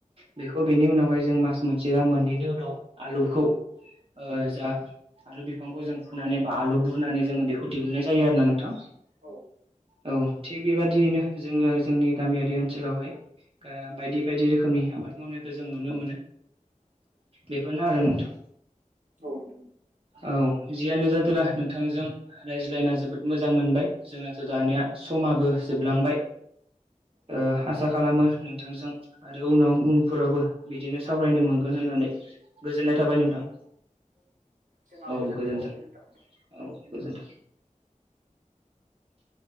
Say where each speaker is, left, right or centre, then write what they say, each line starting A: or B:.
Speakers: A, on the right; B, on the right.
A: बेखौ बेनि उनावहाय जों मास मोनसेबा मोननैनि उनाव आलुखौ ओ जा आलु बिफांखौ जों फुनानै बा आलु बुरनानै जोंङो बेखौ दिहुनन्नाय जायो आरोना नोंथां
B: नोंथां
A: औ थिग बेबादियैनो जोंङो जोंनि गामियारि ओनसोलावहाय बायदि बायदि रोखोमनि आबाद मावनायखौ जों नुनो मोनो। बेफोरनो आरो नोंथां
B: औ नोंथां
A: औ जियानो जादोला नोंथांजों रायज्लायना जोबोद मोजां मोनबाय जोंना दानिया समाबो जोबलांबाय ओ आसा खालामो नोंथांजों आरो उनाव-उनफोरावबो बिदिनो सावरायनो मोनगोन होननानै गोजोननाय थाबाय नोंथां
B: जोंहा
A: औ
B: गोजोननाय
A: गोजोन्थों
B: बावहरबाय नोंथां
A: औ गोजोन्थों <inaudible>